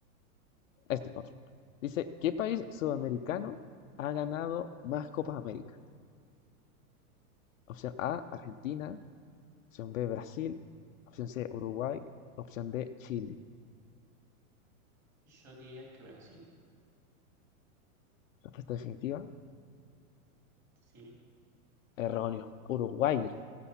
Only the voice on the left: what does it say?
Este, otro. Dice, ¿qué país sudamericano ha ganado más Copas América? Opción A, Argentina. Opción B, Brasil. Opción C, Uruguay. Opción D, Chile.
Respuesta definitiva,
erróneo. Uruguay.